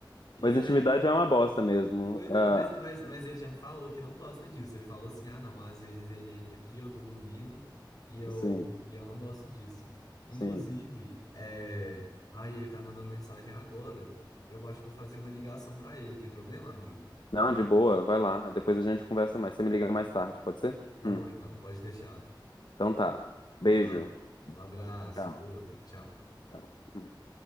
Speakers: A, on the left; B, on the left.
A: E
B: Mas
A: aí
B: intimidade é uma bosta mesmo.
A: Pois
B: Ah,
A: é, mas, mas, mas ele já me falou que não gosta disso. Ele falou assim: ah, não, às vezes ele entra aqui, eu tô dormindo e eu,
B: sim,
A: e eu não gosto disso. Inclusive,
B: sim.
A: é... aí ele tá mandando mensagem agora. Eu acho que vou fazer uma ligação pra ele. Tem problema, amigo?
B: Não, de boa, vai lá. Depois a gente conversa mais. Você me liga mais tarde, pode ser?
A: Tá
B: Hum,
A: bom, então, pode deixar.
B: Então tá.
A: Então
B: Beijo.
A: tá, ó. um abraço,
B: Tchau.
A: outro, tchau.
B: Tchau. Hum.